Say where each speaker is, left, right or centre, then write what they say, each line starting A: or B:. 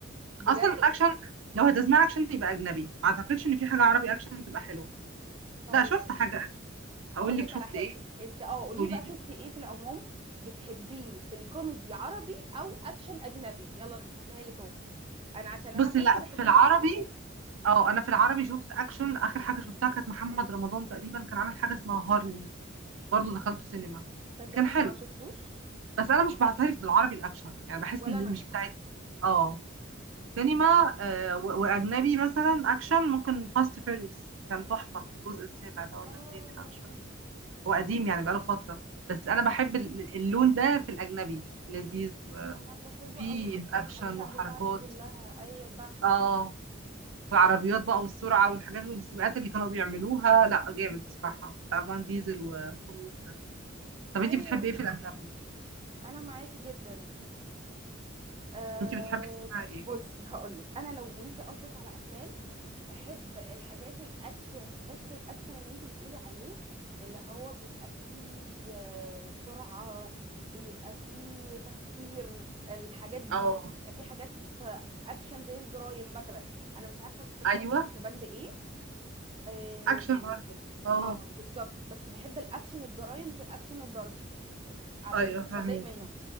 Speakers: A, on the right; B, on the right.
A: بجد
B: اصلا الاكشن لو هتسمع اكشن يبقى اجنبي ما اعتقدش ان في حاجه عربي اكشن تبقى حلوه
A: طيب
B: لا شفت حاجه اكشن
A: هقول
B: اقول لك
A: لك
B: شفت
A: على حاجه
B: ايه
A: انت اه قولي
B: قولي
A: لي بقى
B: لي
A: شفتي ايه في العموم بتحبيه في الكوميدي عربي او اكشن اجنبي يلا انا فتحتها لك اهو انا عشان
B: بصي
A: انا بص
B: لا
A: بحب
B: في العربي
A: الاثنين
B: اه انا في العربي شفت اكشن اخر حاجه شفتها كانت محمد رمضان تقريبا كان عامل حاجه اسمها هارلي برضو دخلته سينما
A: صدقني
B: كان حلو
A: ما شفتوش
B: بس انا مش بعترف بالعربي الاكشن يعني بحس
A: ولا
B: ان
A: انا
B: مش بتاعت اه سينما آه، و- واجنبي مثلا اكشن ممكن فاست فيريوس كان تحفه الجزء السابع ده ولا
A: اه
B: الثامن انا مش فاكره هو قديم يعني بقاله فتره بس انا بحب ال- اللون ده في الاجنبي لذيذ و-
A: انا بحبه
B: وفيه
A: قوي اصلا
B: اكشن
A: الاجزاء
B: وحركات
A: بتاعته كلها ايوه صح
B: اه والعربيات بقى والسرعه والحاجات والسباقات اللي كانوا بيعملوها لا جامد بصراحه بتاع فان ديزل وبول ووكر طب
A: ايوه
B: انت بتحبي ايه في الاجنبي
A: انا معاكي جدا أه
B: انت بتحبي تسمعي ايه
A: بصي هقول لك انا لو انت قصدك على افلام بحب الحاجات الاكشن بس الاكشن اللي انت بتقولي عليه اللي هو بيبقى فيه آه، سرعة بيبقى فيه تفكير الحاجات دي
B: اه
A: بيبقى فيه حاجات آه، اكشن زي الجرايم مثلا انا مش عارفة بتتحط
B: ايوه
A: تحت بند ايه اه
B: اكشن برضه اه
A: آه، بالظبط بس بحب الاكشن الجرايم مش الاكشن الضرب آه، عشان
B: ايوه فاهمكي
A: بتضايق منه